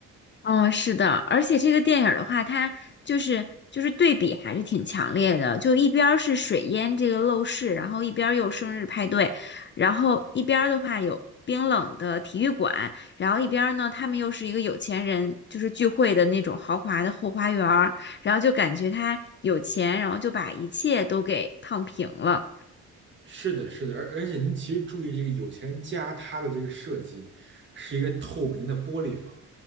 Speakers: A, on the left; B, on the right.
A: 哦，是的，而且这个电影儿的话，它就是就是对比还是挺强烈的，就一边儿是水淹这个陋室，然后一边儿又生日派对，然后一边儿的话有冰冷的体育馆，然后一边儿呢他们又是一个有钱人就是聚会的那种豪华的后花园儿然后就感觉他有钱，然后就把一切都给烫平了。
B: 是的，是的，而而且您其实注意这个有钱人家他的这个设计是一个透明的玻璃房，